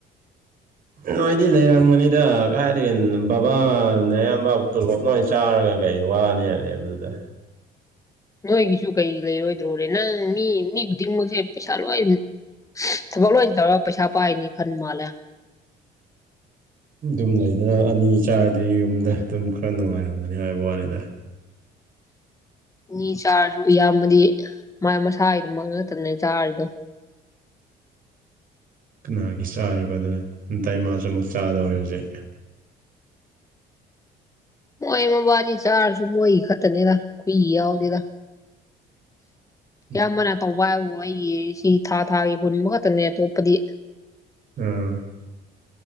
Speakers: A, on the right; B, on the left.
A: ꯅꯣꯏꯗꯤ ꯂꯩ ꯔꯝꯒꯅꯤ ꯁꯤꯗ ꯀꯥꯏꯗꯒꯤꯦ ꯕꯕꯥꯅ ꯑꯌꯥꯝꯕ ꯇꯣꯂꯣꯞꯅꯣꯏ ꯑꯣꯏꯅ ꯆꯥꯔꯒ ꯀꯩ ꯋꯥꯅꯤ ꯍꯥꯏꯂꯦꯕꯗꯨꯗ
B: ꯅꯣꯏꯒꯤꯁꯨ ꯀꯩ ꯂꯩꯔꯣꯏꯗ꯭ꯔꯣꯣꯔꯦ ꯅꯪ ꯃꯤ ꯃꯤ ꯈꯨꯗꯤꯡꯃꯛꯁꯦ ꯄꯩꯁꯥ ꯂꯣꯏ ꯊ ꯐ ꯂ ꯇꯧꯔ ꯄꯩꯁꯥ ꯄꯥꯏꯅꯤ ꯈꯟ ꯃꯥꯜꯂꯦ
A: ꯑꯗꯨꯝ ꯂꯩꯗꯅ ꯑꯅꯤ ꯆꯥꯔꯗꯤ ꯌꯨꯝꯗ ꯑꯗꯨꯝ ꯈꯔ ꯅꯨꯡꯉꯥꯏꯔꯝꯒꯅꯤ ꯍꯥꯏꯕ ꯋꯥꯅꯤꯗ
B: ꯃꯤ ꯆꯥꯔꯁꯨ ꯏꯌꯥꯝꯕꯗꯤ ꯃꯥꯏ ꯃꯁꯥꯒꯤꯗꯨꯃꯛꯉꯛꯇꯅꯦ ꯆꯥꯔꯗꯣ
A: ꯀꯅꯥꯒꯤ ꯆꯥꯔꯤꯕ ꯑꯗꯨ ꯅꯨꯡꯇ ꯃꯥꯁꯨ ꯑꯃꯨꯛ ꯆꯥꯗꯧꯔꯦ ꯍꯧꯖꯤꯛ
B: ꯃꯣꯏ ꯃꯕꯥꯅꯤ ꯆꯥꯔꯁꯨ ꯃꯣꯏ ꯈꯛꯇꯅꯤꯗ ꯀꯨꯏ ꯌꯥꯎꯗꯦꯗ
A: <unintelligible>
B: ꯑꯌꯥꯝꯕꯅ ꯇꯧꯕ ꯍꯥꯏꯕꯨ ꯑꯩꯒꯤ ꯁꯤ ꯊꯥ ꯊꯥꯒꯤ ꯍꯨꯟꯕ ꯈꯛꯇꯅꯦ ꯑꯇꯣꯞꯄꯗꯤ
A: ꯎꯝ